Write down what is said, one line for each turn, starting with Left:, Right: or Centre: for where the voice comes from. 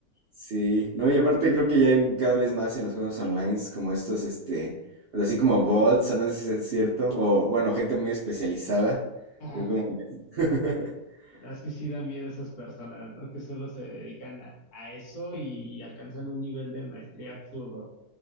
Right: Sí, no, y aparte creo que ya hay cada vez más en los juegos online como estos, este, pues así como bots, no sé si es cierto, o bueno, gente muy especializada.
Left: Ajá.
Right: que como- <laughs>
Left: La verdad Es que sí da miedo esas personas, ¿no? Que solo se dedican a, a eso y alcanzan un nivel de maestría absurdo.